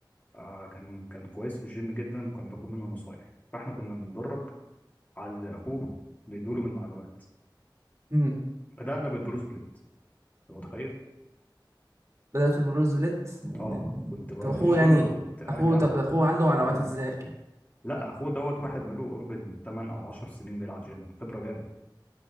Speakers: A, on the left; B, on the right.
A: آه كان كان كويس في الجيم جدا وكان باخد منه نصايح فاحنا كنا بنتدرب على اللي اخوه بيدوله من معلومات
B: مم.
A: بدانا بالبروس بليت انت متخيل
B: بدأت ببروز بليت يعني
A: اه كنت بروح
B: طب اخوه
A: الجيم
B: يعني
A: كنت ارجع
B: اخوه طب اخوه عنده معلومات
A: اتدمر
B: ازاي
A: لا اخوه دوت واحد بقاله قرب الثمان او 10 سنين بيلعب جيم خبره جامد